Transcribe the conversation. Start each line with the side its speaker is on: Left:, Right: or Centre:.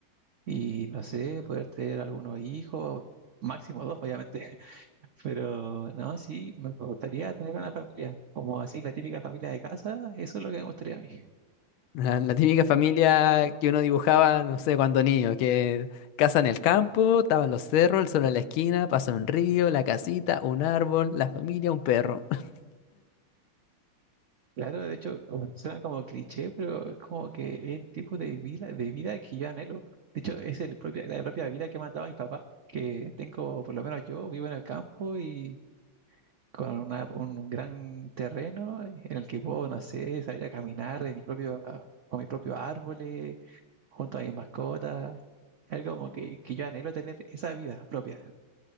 Right: y no sé, poder tener algunos hijos, máximo dos, obviamente, <laughs> pero no, sí, me me gustaría tener una familia, como así la típica familia de casa, eso es lo que me gustaría a mí.
Left: La, la típica familia que uno dibujaba, no sé, cuando niño, que casa en el campo, estaban los cerros, el sol en la esquina, pasa un río, la casita, un árbol, la familia, un perro. <laughs>
Right: Claro, de hecho, como- suena como cliché, pero es como que es el tipo de vida, de vida que yo anhelo. De hecho, es el propia, la propia vida que me han dado mis papás, que tengo, por lo menos yo, vivo en el campo y con una- un gran terreno en el que puedo, no sé, salir a caminar de mi propio, ah, con mis propios árboles, junto a mis mascotas, algo como que, que yo anhelo tener esa vida propia.